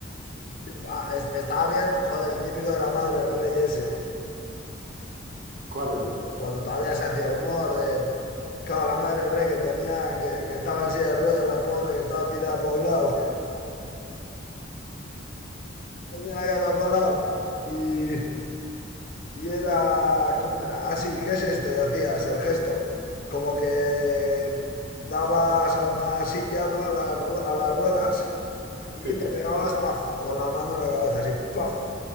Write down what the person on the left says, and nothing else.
Qué es- Estaba bien, joder, el típico de la madre del rey ese.
Cuando todavía se hacía humor de. Claro, la madre del rey que tenía, que, que estaba en silla de ruedas, la pobre, que estaba tirada por un lado. <laughs> Tenía la cabeza por un lado. Y, y era. ¿Cómo era? Ah, sí, ¿qué es esto? Y hacías el gesto. Como que dabas a una silla, ¿no? A las, rue- a las ruedas Y
te
pegabas, paf, con la mano en la cabeza, así, paf,